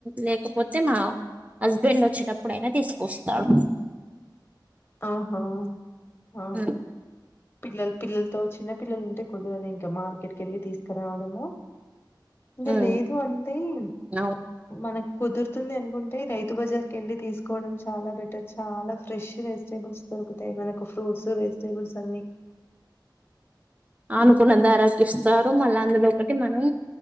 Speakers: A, on the right; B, on the left.
A: లేకపోతే మా హస్బెండ్ వచ్చేటప్పుడు అయినా తీసుకొస్తాడు.
B: ఆహా ఆ
A: హ్మ్.
B: పిల్లల్ పిల్లలతో చిన్న పిల్లలు ఉంటే కుదరదు. ఇంకా మార్కెట్ కి వెళ్ళి తీసుకురావడము. ఊడే
A: హ్మ్.
B: లేదు అంతే మ్
A: అవు
B: మన క్ కుదుర్ తుంది అన్ కుంటే రైతు బజార్ కెల్లీ తీస్ కోడం చాల బెటర్ చాలా ఫ్రెష్ వెజ్ టేబుల్స్ దొరుకుతయ్ మనకు ఫ్రూట్స్ వెజ్ టేబుల్స్ అన్ని
A: అనుకున్న ధరకిస్తారు మల్లా అందులో ఒకటి మనం